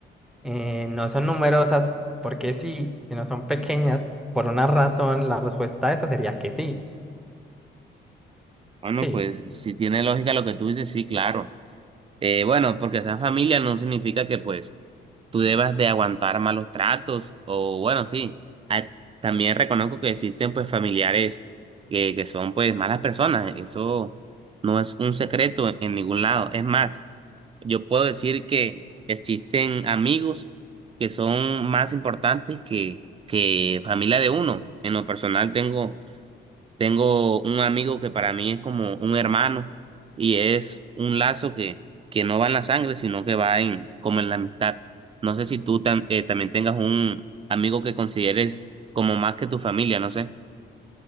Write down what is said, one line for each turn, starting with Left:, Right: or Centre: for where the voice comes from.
Centre: eh, no son numerosas, porque sí, si no son pequeñas, por una razón, la respuesta a eso sería que sí.
Right: Bueno,
Centre: Sí.
Right: pues si tiene lógica lo que tú dices, sí, claro. Eh, bueno, porque sea familia no significa que pues tú debas de aguantar malos tratos o bueno, sí. Ah, también reconozco que existen pues familiares que, que son pues malas personas. Eso no es un secreto en, en ningún lado. Es más, yo puedo decir que existen amigos que son más importantes que, que familia de uno. En lo personal tengo tengo un amigo que para mí es como un hermano y es un lazo que, que no va en la sangre, sino que va en, como en la amistad. No sé si tú tam- eh, también tengas un amigo que consideres como más que tu familia, no sé.